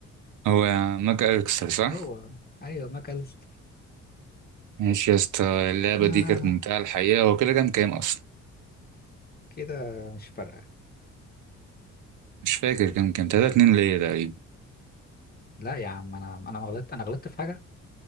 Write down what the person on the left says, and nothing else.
هو ايوه ماكاليستر
آه
كده مش فارقه
لا يا عم انا انا ما غلطت انا غلطت في حاجه